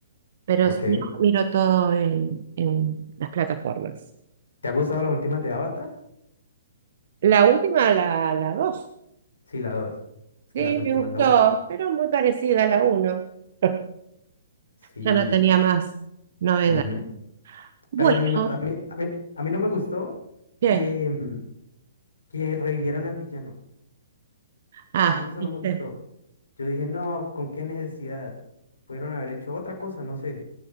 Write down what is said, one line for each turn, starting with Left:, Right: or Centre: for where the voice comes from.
Right: Pero
Left: Ok.
Right: si no, miro todo en, en las plataformas.
Left: ¿Te ha gustado las últimas de Avatar?
Right: La última, la, la dos.
Left: Sí, la dos. Es
Right: Sí,
Left: que las últimas,
Right: me gustó,
Left: la última.
Right: pero muy parecida a la uno. <laughs>
Left: Sí.
Right: Ya no tenía más novedad.
Left: ujú.
Right: Bueno,
Left: Pero la anima a mí, a mí, a mí no me gustó
Right: ¿qué?
Left: que, mm, que revivieran al villano.
Right: Ah,
Left: A mí eso
Right: viste.
Left: no me gustó. Yo dije, no, ¿con qué necesidad? Pudieron haber hecho otra cosa, no sé.